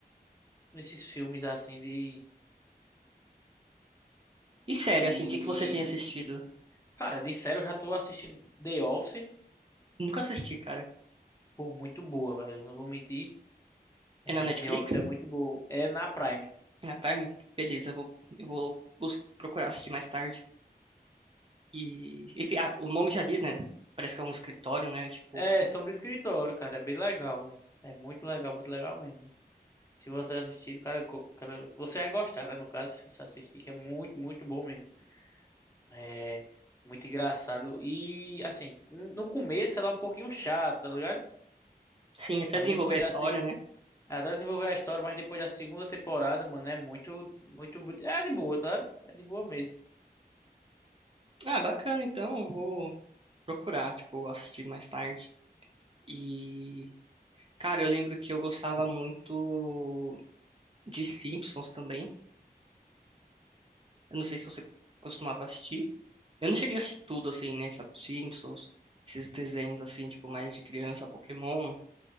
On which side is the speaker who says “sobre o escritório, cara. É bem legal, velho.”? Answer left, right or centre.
Left